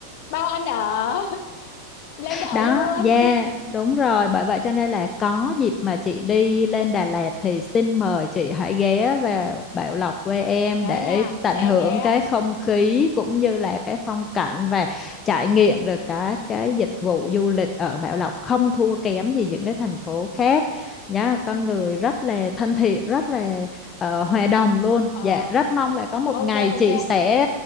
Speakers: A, on the left; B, on the left.
A: bao ăn ở <laughs> lên đó ở
B: đó
A: luôn
B: yeah đúng rồi bởi vậy cho nên là có dịp mà chị đi lên Đà Lạt thì xin mời chị hãy ghé vào Bảo Lộc quê em
A: nhớ
B: để
A: nha
B: tận
A: sẽ
B: hưởng
A: ghé
B: cái không khí cũng như là cái phong cảnh và trải nghiệm được cả cái dịch vụ du lịch ở Bảo Lộc không thua kém gì những cái thành phố khác nhá con người rất là thân thiện rất là ờ, hòa đồng luôn
A: ờ
B: dạ rất mong là có một
A: ok
B: ngày
A: ok
B: chị sẽ